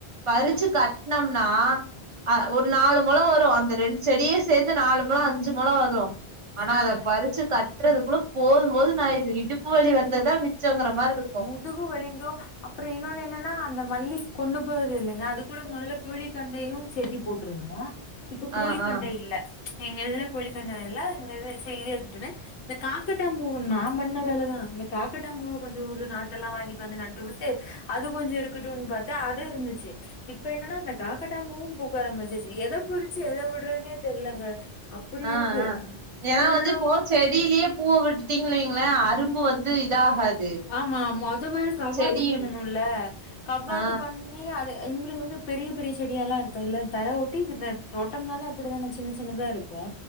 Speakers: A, on the right (about 30°); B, on the left (about 85°).
A: பறிச்சு
B: ம்
A: கட்னம்னா அ ஒரு நாலு மொலோ வரு அந்த ரெண்டு செடியே சேத்து நாலு மொலோ அஞ்சு மொலோ வரு ஆனா
B: ஆ
A: அதப் பறிச்சு கட் த்ற அதுக்குள்ளப் போதும் போதுனு ஆயிர்து இடுப்பு வழி வந்ததா மிச்சங்கற மார்ருக்
B: முதுகு வலிங்கோ அப்றோ இன்னொனு என்னனா அந்த மல்லிஸ் கொண்டு போவது இல்லங்க அது கூட மொதலக் கோழி கண்டையு சேத்தி போட்ருந்தோ இப்ப கோழி
A: ஆ
B: கண்டை
A: ஆ
B: இல்ல எங்க இதுல கோழி கண்டயில இந்த இது செ இதே இருக்ட்டுனு இந்த காக்கட்டாம்பூ நாம் பண்ண வேலதா இந்த காக்கட்டாம்பூவ கொஞ்சூ ரு நாத்தெல்லா வாங்கிட்டு வந்து நட்டு விட்டு அது கொஞ்ச இருக்குட்டுன் பாத்தா அது இருந்துச்சி இப்ப என்னனா அந்த காக்கட்டாம் பூவு பூக்க ஆரம்பிச்சிருச்சு எதப் பொரிச்சு எத விட்றனே தெர்லங்க அப்டி
A: அ
B: இருக்கு
A: அ எனா
B: ஃபுல்லா
A: வந்து போத் செடிலேயே பூவ விட்டுட்டீங்களீங்ளே அரும்பு வந்து இதாகாது
B: ஆமா மொத வேற கவ்வாத்து
A: செடி
B: பண்ணனுல கவ்வாத்து
A: ஆ
B: பண் நீங்க அது எங்ளுது வந்து பெரிய பெரிய செடியெலா இருக்காது இல்ல தர ஒட்டி சின்னத் தோட்டம்னால அப்டிதான சின்ன சின்னதா இருக்கு